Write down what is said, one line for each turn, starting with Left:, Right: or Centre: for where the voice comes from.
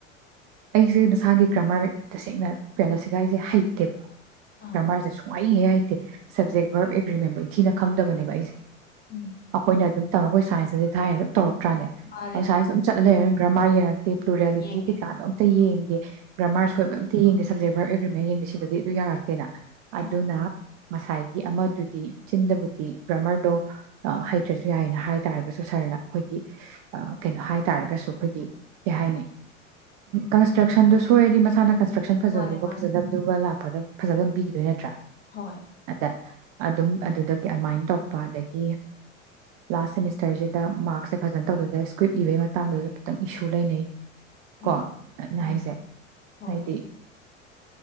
Right: ꯑꯩꯁꯦ ꯃꯁꯥꯒꯤ ꯒ꯭ꯔꯥꯃꯔ ꯇꯁꯦꯡꯅ <unintelligible> ꯑꯩꯁꯦ ꯍꯩꯇꯦꯕ꯫
Left: ꯑꯥ
Right: ꯒ꯭ꯔꯥꯃꯔꯁꯦ ꯁꯨꯡꯍꯩ ꯍꯦꯛ ꯍꯩ꯫ ꯁꯕꯖꯦꯛ ꯚꯔꯕ ꯑꯦꯒ꯭ꯔꯤꯃꯦꯟꯕꯧ ꯅꯤꯡꯊꯤꯅ ꯈꯪꯗꯕꯅꯦꯕ ꯑꯩꯁꯦ꯫
Left: ꯎꯝ
Right: ꯑꯈꯣꯏꯅ ꯑꯗꯨꯝ ꯑꯈꯣꯏ ꯁꯥꯏꯟꯇꯗꯤ ꯊꯥꯏꯅ ꯑꯗꯨꯝ ꯇꯧꯔꯛ ꯅꯠꯇ꯭ꯔꯅꯦ
Left: ꯃꯥꯅꯦ
Right: ꯑꯁꯨꯃꯥꯏꯅ ꯑꯗꯨꯝ ꯆꯠꯂ <unintelligible> ꯒ꯭ꯔꯥꯃꯔ ꯌꯦꯡ꯫ ꯄ꯭ꯂꯨꯔꯦꯂꯤꯇꯤ
Left: ꯌꯦꯡꯗꯦ
Right: ꯀꯩꯀꯥꯗꯣ ꯑꯝꯇ ꯌꯦꯡ <inaudible> ꯒꯔ꯭ꯥꯃꯔ
Left: ꯎꯝ
Right: ꯁꯣꯏꯕ ꯑꯝꯇ ꯌꯦꯡꯒꯦꯁꯦ꯫ ꯁꯕꯖꯦꯛ ꯚꯔꯕ ꯑꯦꯒꯔꯤꯃꯦꯟꯠ ꯌꯦꯡꯗ ꯁꯤꯗꯗꯤ ꯑꯗꯨ ꯌꯥ꯫ ꯌꯥꯔꯛꯇꯦꯗ ꯑꯗꯨꯅ꯫
Left: ꯍꯣꯏ
Right: ꯉꯁꯥꯏꯒꯤ ꯑꯃꯗꯨꯗꯤ ꯆꯤꯟꯗꯕꯨꯗꯤ ꯒꯔ꯭ꯃꯔꯗꯣ ꯍꯩꯇ꯭ꯔꯁꯨ ꯌꯥꯏꯅ ꯍꯥꯏ ꯇꯥꯔꯒꯁꯨ ꯁꯔꯅ ꯑꯈꯣꯏꯒꯤ ꯀꯩꯅꯣ ꯍꯥꯏ ꯇꯥꯔꯒꯁꯨ ꯑꯈꯣꯏꯒꯤ ꯀꯩ ꯍꯥꯏꯅꯤ ꯀꯟꯁꯇ꯭ꯔꯛꯁꯟꯗꯨ ꯁꯣꯏꯔꯗꯤ ꯃꯁꯥꯅ ꯀꯟꯁꯇ꯭ꯔꯛꯁꯟ ꯐꯖꯕꯗꯨꯒ
Left: ꯃꯥꯅꯦ ꯃꯥꯅꯦ
Right: ꯐꯖꯗꯕꯗꯨꯒ ꯂꯥꯛ꯫ <unintelligible> ꯐꯖꯕ ꯄꯤꯈꯤꯗꯣꯏ ꯅꯠꯇ꯭ꯔꯥ
Left: ꯍꯣꯏ
Right: <unintelligible> ꯑꯗꯨꯝ ꯑꯗꯨꯗꯒꯤ ꯑꯗꯨꯃꯥꯏꯟ ꯇꯧꯔꯛꯄ ꯑꯗꯒꯤ ꯂꯥꯁ ꯁꯦꯃꯤꯁꯇꯔꯁꯤꯗ ꯃꯥꯔꯛꯁꯦ ꯐꯖꯅ ꯇꯧꯗꯗ ꯏꯁꯀ꯭ꯔꯤꯞ ꯏꯕꯒꯤ ꯃꯇꯥꯡꯗꯨꯗꯁꯨ ꯈꯤꯇꯪ ꯏꯁꯨ ꯂꯩꯅꯩ
Left: ꯎꯝ
Right: ꯀꯣ ꯑꯩꯅ
Left: ꯎꯝ
Right: ꯍꯥꯏꯁꯦ
Left: ꯍꯣꯏ
Right: ꯍꯥꯏꯗꯤ